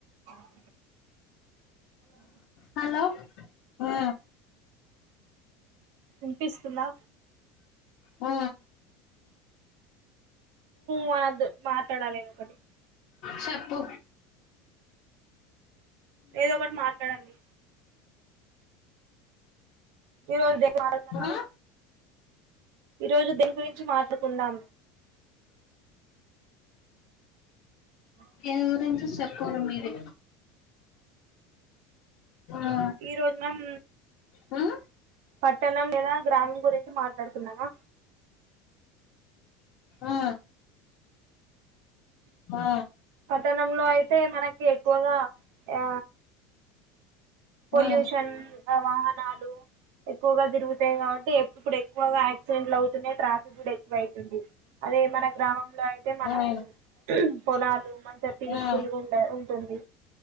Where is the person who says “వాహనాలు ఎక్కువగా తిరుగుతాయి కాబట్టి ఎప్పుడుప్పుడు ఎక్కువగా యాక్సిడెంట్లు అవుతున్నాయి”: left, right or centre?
Right